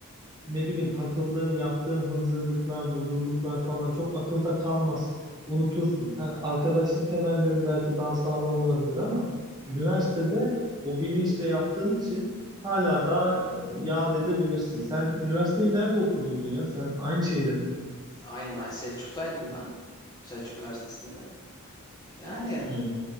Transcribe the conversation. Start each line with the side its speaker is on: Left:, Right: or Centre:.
Right: ne bileyim takıldığın, yaptığın hazırlıklar vurdurluklar falan çok akılda kalmaz. Unutursun. Ha, arkadaşlık temellerin belki daha sağlam olabilir ama üniversitede o bilinçle yaptığın için hala daha e, yad edebilirsin. Sen üniversiteyi nerede okuduydun ya? Sen aynı şehire mi gittin?
Left: Aynen aynen. Selçuk'taydım ben. Selçuk Üniversitesi'nde. Yani
Right: Hı.